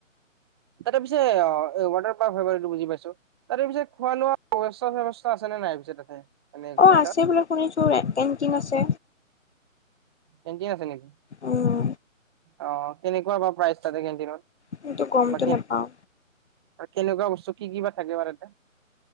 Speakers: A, on the right; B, on the left.
A: তাতে পিছে অহ ৱাটাৰ পাৰ্ক হয় বাৰু এইটো বুজি পাইছোঁ। তাতে পিছে খোৱা-লোৱা ব্যৱস্থা-চেবস্থা আছে আছে নে নাই পিছে তাতে। মানে একলেণ্ডত
B: অহ, আছে বোলে শুনিছোঁ, কেন্টিন আছে।
A: কেন্টিন আছে নেকি,
B: উম।
A: অহ কেনেকুৱা বা প্ৰাইচ তাতে কেণ্টিনত।
B: কিন্তু গমটো
A: বাকী
B: নাপাওঁ।
A: কেনেকুৱা বস্তু কি কি বা থাকে বা তাতে।